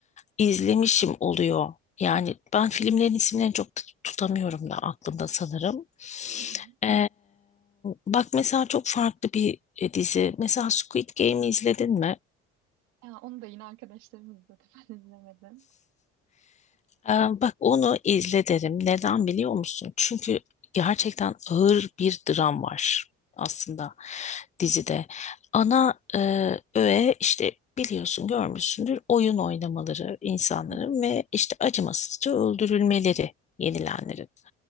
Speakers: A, on the left; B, on the right.
A: İzlemişim oluyor. Yani ben filmlerin isimlerini çok tut- tutamıyorum da aklımda sanırım.
B: Hı hı.
A: Ee, bak mesela çok farklı bir e, dizi. Mesela Squid Game'i izledin mi?
B: Ya, onu da yine arkadaşlarım izledi. <laughs> Ben izlemedim.
A: Ee, Bak onu izle derim. Neden biliyor musun? Çünkü gerçekten ağır bir dram var aslında dizide. Ana e, öğe işte biliyorsun görmüşsündür oyun oynamaları insanların
B: Hı hı.
A: ve işte acımasızca öldürülmeleri yenilenlerin.